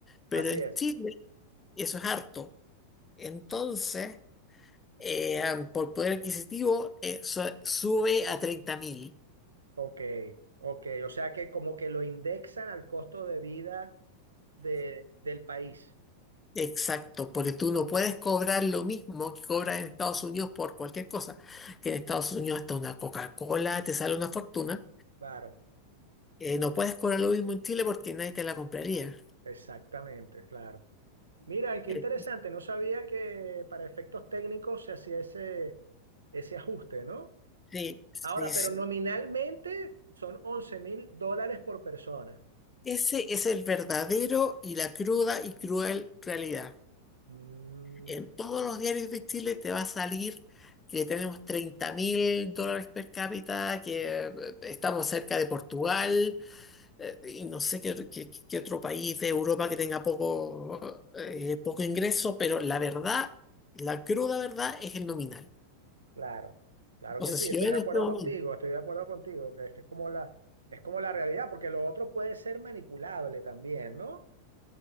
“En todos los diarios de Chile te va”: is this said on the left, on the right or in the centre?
Left